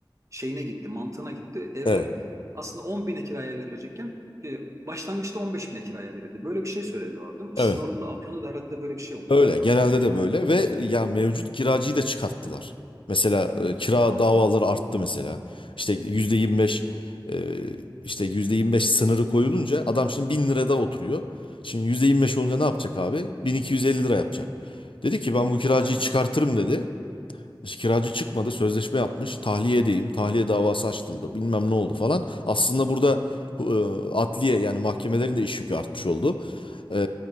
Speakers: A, on the right (about 35°); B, on the left (about 80°).
A: şeyine gitti, mantığına gitti. Evler
B: Evet.
A: aslında 10 bine kiraya verilecekken e, başlangıçta 15 bine kiraya verildi. Böyle bir şey söylüyorlar değil mi?
B: Evet.
A: Sizin orada da Afyon'da da herhalde böyle bir şey oldu
B: Öyle
A: galiba.
B: genelde de böyle ve ya mevcut kiracıyı da çıkarttılar. Mesela e, kira davaları arttı mesela. İşte %25 e, işte %25 sınırı koyulunca adam şimdi 1000 lirada oturuyor. Şimdi %25 olunca ne yapacak abi? 1250 lira yapacak. Dedi ki ben bu kiracıyı
A: Değil mi?
B: çıkartırım dedi. İşte kiracı çıkmadı, sözleşme yapmış. Tahliye edeyim, tahliye davası açıldı. Bilmem ne oldu falan. Aslında burada e, adliye yani mahkemelerin de iş yükü artmış oldu. E,